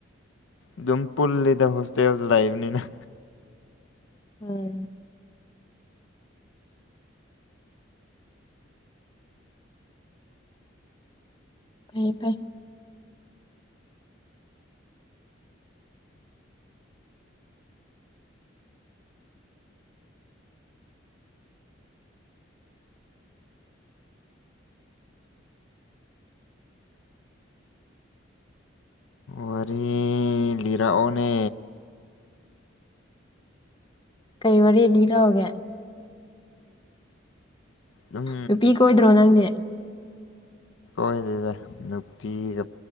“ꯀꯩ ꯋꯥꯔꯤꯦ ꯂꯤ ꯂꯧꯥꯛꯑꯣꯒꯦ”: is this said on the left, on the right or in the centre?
Left